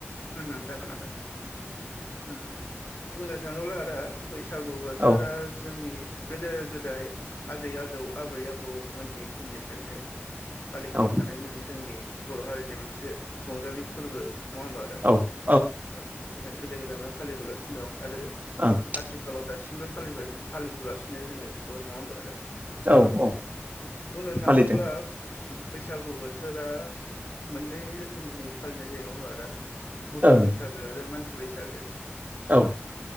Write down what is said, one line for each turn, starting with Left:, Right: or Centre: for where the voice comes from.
Left: उम उम जागोन आदा उम बुंनो थाङोब्ला आदा बैसागु बोथोरा
Right: औ
Left: जोंनि गोदो गोदाय आजै आजौ आबै आबौमोननि समनिफ्रायनो फालिबोबाय
Right: औ
Left: थानायमोननि जोंनि बर' हारिनि मोनसे रंजालि फोरबो नङा होमबा आदा
Right: औ।
Left: औ गोदो गोदायनिफ्रायनो फालिबोगासिनो दं आरो
Right: ओं
Left: आथिखालाव दासिमबो फालि फालिबोगासिनो जोङो बेखौ नङा होमबा आदा
Right: औ औ
Left: बुंनो थाङोब्ला
Right: फालिदों
Left: बैसागु बोथोरा मोननै रोखोमनि फालिनाय जायो नङा आदा मोसौ
Right: ओं
Left: बैसागो आरो मानसि बैसागो
Right: औ।